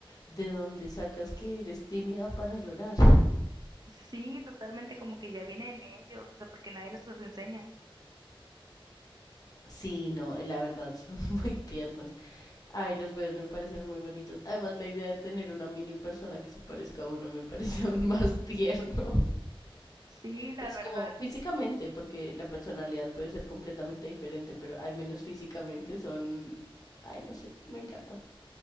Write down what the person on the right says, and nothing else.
sí, totalmente como que ya viene en ellos, o sea, porque nadie les los enseña.
Sí, la
verdad.